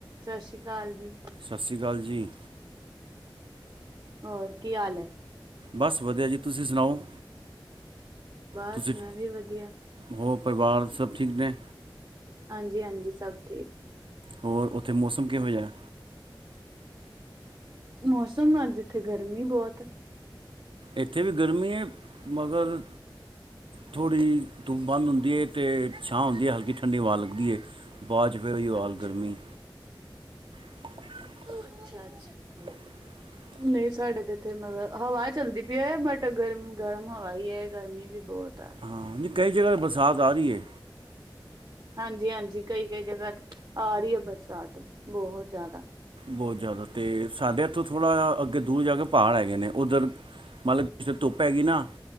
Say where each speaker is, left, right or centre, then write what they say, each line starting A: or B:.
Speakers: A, on the right (about 40°); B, on the right (about 75°).
A: ਸਾਸ਼ੀ ਕਾਲ ਜੀ।
B: ਸਸਰੀ ਕਾਲ ਜੀ।
A: ਹੋਰ ਕੀ ਹਾਲ ਏ।
B: ਬਸ ਵਧੀਆ ਜੀ ਤੁਸੀ ਸੁਣਾਓ।
A: ਬਸ
B: ਤੁਸੀਂ
A: ਮੈਂ ਵੀ ਵਧੀਆ।
B: ਹੋਰ ਪਰਵਾਰ ਸਭ ਠੀਕ ਨੇ।
A: ਹਾਂਜੀ ਹਾਂਜੀ ਸਭ ਠੀਕ।
B: ਹੋਰ ਓਥੇ ਮੌਸਮ ਕਿਹੋ ਜਿਆ।
A: ਮੌਸਮ ਅੱਜ ਏਥੇ ਗਰਮੀ ਬੋਤ।
B: ਓਥੇ ਵੀ ਗਰਮੀ ਏ, ਮਗਰ ਥੋੜ੍ਹੀ ਧੁੱਪ ਬੰਦ ਹੁੰਦੀ ਏ ਤੇ ਛਾਂ ਹੁੰਦੀ ਏ, ਹਲਕੀ ਠੰਡੀ ਹਵਾ ਲੱਗਦੀ ਹੈ ਬਾਦ 'ਚ ਫੇਰ ਓਈਓ
A: ਅੱਛਾ,
B: ਹਾਲ ਗਰਮੀ। <inaudible>
A: ਅੱਛਾ ਅੱਛਾ ਠੀਕ।
B: <inaudible>
A: ਨਈ ਸਾਡੇ ਤੇ ਏਥੇ ਮਤਬ ਹਵਾ ਚੱਲਦੀ ਪਈ ਏ, ਬਟ ਗਰਮ ਗਰਮ ਹਵਾ ਈ ਏ, ਗਰਮੀ ਵੀ ਬੋਤ ਆ।
B: ਹਾਂ ਨਈ ਕਈ ਜਗ੍ਹਾ ਤੇ ਬਰਸਾਤ ਆ ਰੀ ਏ।
A: ਹਾਂਜੀ ਹਾਂਜੀ ਕਈ ਕਈ ਜਗ੍ਹਾ ਤੇ ਆ ਰੀ ਏ ਬਰਸਾਤ ਬੋਤ ਜ਼ਾਦਾ।
B: ਬੋਤ ਜ਼ਾਦਾ ਤੇ ਸਾਡੇ ਏਥੋਂ ਥੋੜ੍ਹਾ ਅੱਗੇ ਦੂਰ ਜਾ ਕੇ ਪਾੜ ਹੈਗੇ ਨੇ, ਓਧਰ ਮੰਨਲੋ ਜਿੱਥੇ ਧੁੱਪ ਹੈਗੀ ਨਾ।